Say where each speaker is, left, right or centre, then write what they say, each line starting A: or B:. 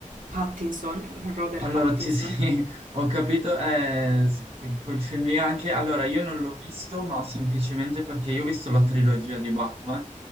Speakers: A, on the right; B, on the right.
A: Pattinson, Robert
B: Allora,
A: Pattinson.
B: sì, sì, <laughs> ho capito, eh, sì, que- quel film lì anche, allora io non l'ho visto, ma semplicemente perché io ho visto la trilogia di Batman